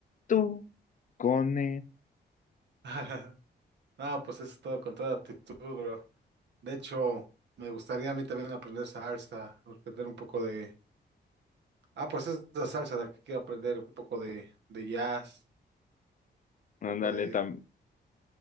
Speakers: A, on the left; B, on the right.
A: tú, cone,
B: <laughs> Ah, pues es todo con toda actitud, bro. De hecho, me gustaría a mí también aprender salsa, aprender un poco de... Ah, pues es la salsa la que quiero aprender, un poco de, de jazz,
A: ándale,
B: un poco de...
A: tam-